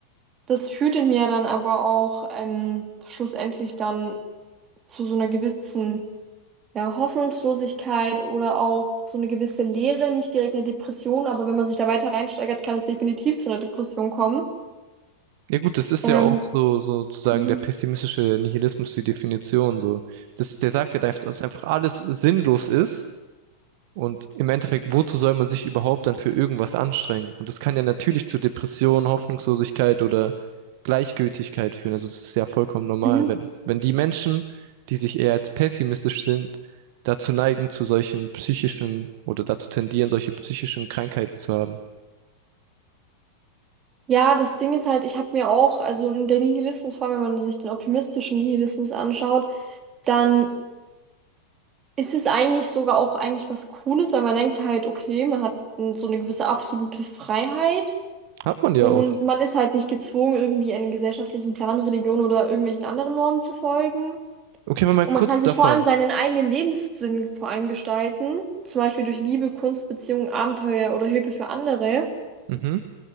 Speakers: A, on the right; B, on the right.
A: Das führt in mir dann aber auch ähm, schlussendlich dann zu so einer gewissen ja, Hoffnungslosigkeit oder auch so eine gewisse Leere, nicht direkt eine Depression, aber wenn man sich da weiter reinsteigert, kann es definitiv zu einer Depression kommen.
B: Ja gut, das ist
A: Ähm,
B: ja auch so sozusagen
A: mhm.
B: der pessimistische Nihilismus, die Definition so. Das, der sagt ja, dass einfach alles sinnlos ist Und im Endeffekt, wozu soll man sich überhaupt dann für irgendwas anstrengen? Und das kann ja natürlich zu Depressionen, Hoffnungslosigkeit oder Gleichgültigkeit führen. Also es ist ja vollkommen normal,
A: Mhm.
B: wenn, wenn die Menschen, die sich eher als pessimistisch sind, dazu neigen, zu solchen psychischen oder dazu tendieren, solche psychischen Krankheiten zu haben.
A: Ja, das Ding ist halt, ich habe mir auch, also in der Nihilismus, vor allem wenn man sich den optimistischen Nihilismus anschaut, dann ist es eigentlich sogar auch eigentlich was Cooles, weil man denkt halt, okay, man hat mm, so eine gewisse absolute Freiheit
B: Hat man ja
A: und
B: auch.
A: man ist halt nicht gezwungen, irgendwie einem gesellschaftlichen Plan, Religion oder irgendwelchen anderen Normen zu folgen.
B: Okay, aber mal
A: Und
B: kurz
A: man kann
B: davon.
A: sich vor allem seinen eigenen Lebenssinn vor allem gestalten, zum Beispiel durch Liebe, Kunst, Beziehungen, Abenteuer oder Hilfe für andere.
B: Mhm.